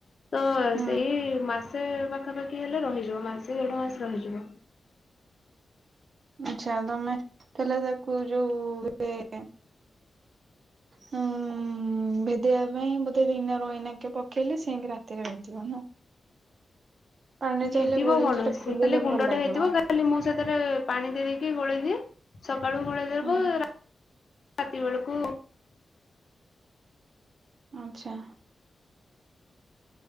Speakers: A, on the left; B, on the right.
A: ତ
B: ହୁଁ
A: ସେଇ ମାସେ ପାଖାପାଖି ହେଲେ ରହିଯିବ। ମାସେ ଦେଢ ମାସ ରହିଯିବ।
B: ଆଛା ତମେ ହେଲେ ତାକୁ ଯୋଉ ଏ ହଁ ଭେଦେଇବା ପାଇଁ ବୋଧେ ଦିନ ରଇନା କେ ପକେଇଲେ ଶେନି ରାତିରେ ବଟିବ ନା। ପାଣିରେ
A: ହେଦିବ
B: ଚାହିଁଲେ ଗୋଳେଇଲେ
A: କଣ
B: ସେଟା
A: ସେ
B: ଫୁଲିଲେ
A: ଖାଲି ଗୁଣ୍ଡ
B: ଭଲ ଲାଗିବ।
A: ଟା ହେଇଥିବ ଖାଲି ମୁଁ ସେଥିରେ ପାଣି ଦେଇ ଦେଇକି ଗୋଳେଇଦିଏ ସକାଳୁ ଗୋଳେଇଦବ
B: ହୁଁ
A: ରା ରାତି ବେଳକୁ
B: ଆଚ୍ଛା।